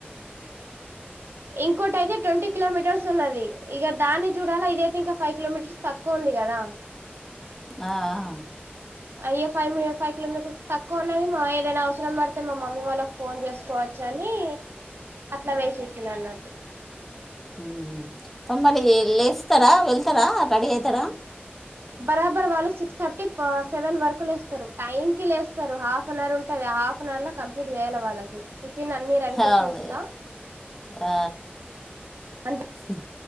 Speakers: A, on the right; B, in the centre.
A: ఇంకోటితే ట్వంటీ కిలోమీటర్స్ ఉన్నది ఇగా దాన్ని చూడాలా ఇదయితే ఇంకా ఫైవ్ కిలోమీటర్స్ తక్కువ ఎక్కువ ఉంది కదా
B: ఆ ఆ
A: అయ్యో ఫైవ్ ఎమ్ ఫైవ్ కిలోమీటర్ల తక్కువ కొన్నది మా ఏదైనా అవసరం పడితే మా మమ్మీ వాళ్ళకి ఫోన్ చేసుకోవచ్చు అని అట్లా వేసేసి అన్నట్టు
B: మ్ హా ఆ మరి లేస్తారా వెళ్తారా రెడీ అయితరా
A: బరాబర్ వాళ్ళు సిక్స్ థర్టీ సెవెన్ వరకు లేస్తారు టైమ్ కి లేస్తారు హాఫ్ అన్ అవర్ ఉంటది హాఫ్ ఆఫెన్ అవర్ లో కంప్లీట్ చేయాలి వాళ్ళకి, టిఫిన్ అన్ని రెడీ చేసి
B: అవును
A: ఉంచుతా
B: ఆ
A: అంత
B: ఇ